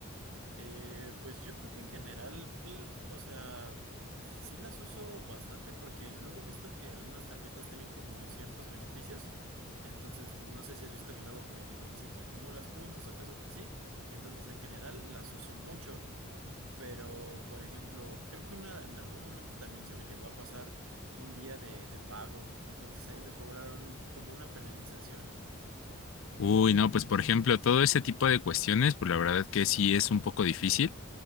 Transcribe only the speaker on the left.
Uy, no, pues, por ejemplo, todo ese tipo de cuestiones, pues la verdad que sí es un poco difícil.